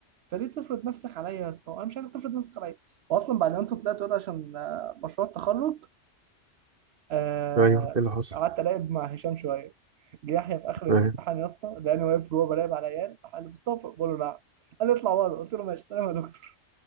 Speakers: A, on the right; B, on the right.
A: فليه تفرض نفسك عليا يا اسطى انا مش عايزك تفرض نفسك عليا واصلا بعد ما انت طلعت وده عشان آه، مشروع التخرج آه،
B: ايوه ايه اللي حصل؟
A: قعدت الاعب مع هشام شويه جه يحيى في اخر الامتحان
B: ايوه
A: يا اسطى لقاني واقف جوه براقب على العيال راح قال لي مصطفى بقول له نعم قال لي اطلع بره قلت له ماشي سلام يا دكتور